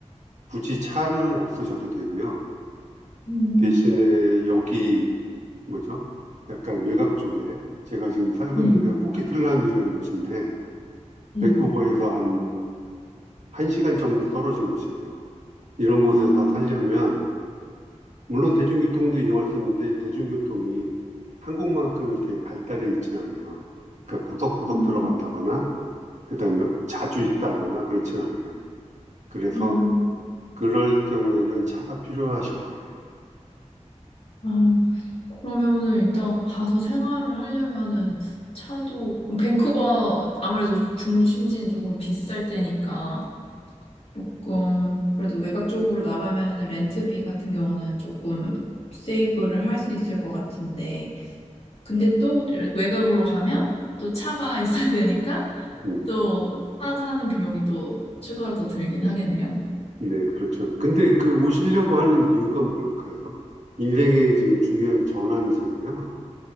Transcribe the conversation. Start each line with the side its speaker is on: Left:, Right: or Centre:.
Right: 굳이 차는 없으셔도 되고요.
Left: 음,
Right: 대신에 여기 뭐죠? 약간 외곽 쪽에 제가 지금 살고
Left: 음,
Right: 있는 데가 코키틀람이라는 곳인데
Left: 네.
Right: 밴쿠버에서 한 한 시간 정도 떨어진 곳이에요. 이런 곳에서
Left: 음,
Right: 살려면 물론 대중교통도 이용할 수 있는데 대중교통이 한국만큼 이렇게 발달해 있지는 않아요. 그러니까 구석구석
Left: 음,
Right: 들어간다거나 그다음에 자주 있다거나 그렇진 않아요. 그래서
Left: 음.
Right: 그럴 경우에는 차가 필요하실 거예요.
Left: 음, 아, 그러면은 일단 가서 생활을 하려면은 차도 밴쿠버 아무래도 중심지는 조금 비쌀 테니까 조금 그래도 외곽 쪽으로 나가면은 렌트비 같은 경우는 조금 세이브를 할 수 있을 것 같은데 근데 또 외곽으로 가면 또 차가 <laughs> 있어야 되니까
Right: 음,
Left: 또 차 사는 비용이 또 추가로 더 들긴 하겠네요.
Right: 네, 그렇죠. 근데 그 오시려고 하는 이유가 뭘까요? 인생의 지금 중요한 전환이잖아요.